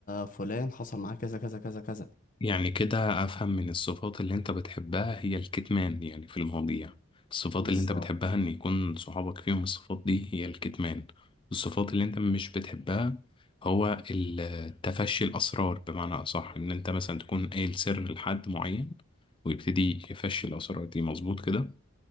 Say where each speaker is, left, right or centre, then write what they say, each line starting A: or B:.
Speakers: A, on the left (about 40°); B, on the left (about 25°).
A: فلان حصل معاه كذا كذا كذا كذا
B: يعني كده أفهم من الصفات اللي أنت بتحبها هي الكتمان يعني في المواضيع الصفات
A: بالظبط
B: اللي أنت بتحبها إن يكون صحابك فيهم الصفات دي هي الكتمان الصفات اللي أنت مش بتحبها هو ال- تفشي الأسرار بمعنى أصح إن أنت مثلا تكون قايل سر لحد معين ويبتدي يفشي الأسرار دي مظبوط كده